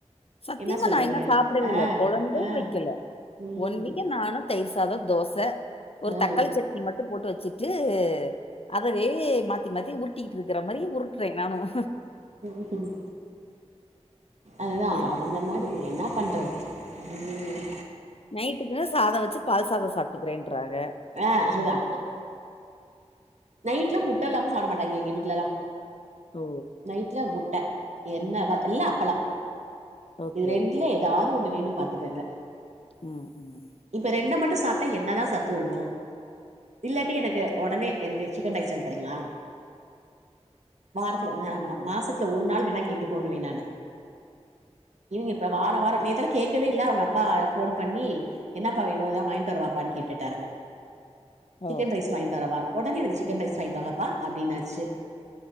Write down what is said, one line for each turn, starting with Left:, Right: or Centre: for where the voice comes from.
Left: சத்தியமா
Right: என்ன சொல்றீங்க
Left: நா இன்னு சாப்டவே
Right: ஆ
Left: இல்ல கொழம்பும்
Right: ஆ
Left: வக்கல
Right: ம்
Left: ஒன் வீக்க நானு தயிர் சாத தோச ஒரு
Right: ஆ
Left: தக்காளி சட்னி மட்டு போட்டு வச்சுட்டு அதுவே ந்து மாத்தி மாத்தி உருட்டிட்டு இருக்கிற மாரி உருட்றே நானும்
Right: ம் ம் அதுதா
Left: என்ன
Right: அந்த மாரி என்னாப் பண்றது ம்
Left: நைட்டுக்குன்னு சாத வச்சு பால் சாத சாப்ட்டுக்றேன்றாங்க
Right: ஆ அதா நைட்ல முட்ட இல்லாம சாப்பிட மாட்டாங்க எங்க வீட்லயெல்லா
Left: ஓ
Right: நைட்ல முட்ட என்ன இல்ல அப்பளோ
Left: ஓகே,
Right: இது ரெண்டுல
Left: ஓகே, ஓகே.
Right: ஏதாது ஒண்ணு வேணு பாத்துக்கங்க
Left: ம் ம்
Right: இப்ப ரெண்ட மட்டு சாப்டா என்னதா சத்து இருக்கும் இல்லாட்டி எனக்கு ஒடனே எனக்கு சிக்கன் ரைஸ் வாங்கித்தறிங்களா வாரத்துல அ
Left: ம்.
Right: மாசத் துல ஒரு நாள் வேணா கேட்டுக்கோன்னுவே நானு இவங்க இப்ப வார வார நேத்தெல்லா கேக்கவே இல்ல உங்க அப்பா ஃபோன் பண்ணி என்னப்பா வேணு ஏதா வாங்கிட்டு வரவாப்பான் கேட்டுட்டாங்க
Left: ஓ!
Right: சிக்கன் ரைஸ் வாங்கிட்வரவா ஒடனே எனக்கு சிக்கன் ரைஸ் வாங்கி தாங்கப்பா அப்டின்னாச்சு